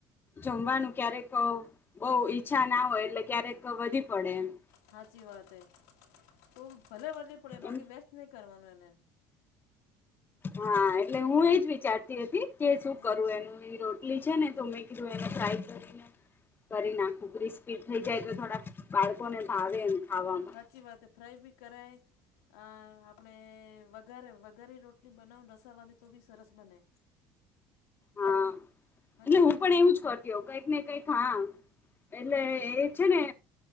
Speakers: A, on the left (about 30°); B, on the left (about 85°).
A: જમવાનું
B: હા
A: ક્યારેક. બઉુ ઈચ્છા ના હોય, એટલે ક્યારેક વધી પડે એમ.
B: સાચી વાત હ, તો ભલે વધે પડે, બાકી
A: એમ
B: વેસ્ટ નહીં કરવાનું એને.
A: હા, એટલે હું એજ વિચારતી હતી કે, શું
B: હા
A: કરું? એનું રોલ. લી છે ને, તો મેં કીધું, એને ફ્રાય કરીને. કરીને, કુકરી સ્પી થઈ જાય તો, થોડાક બાળકોને ભાવેને ખાવામાં.
B: હાચી વાત. ફ્રાય બી કરાય. આ આપણે વઘારે વઘારે રોટલી બનાવી, રસાવાળી તો બી સરસ બને.
A: હા,
B: સાચી
A: એટલે હું
B: વાત
A: પણ
B: હે કે નહીં
A: એવું જ કરુ. કઈક ને કઈક હા, એટલે એ છે ને.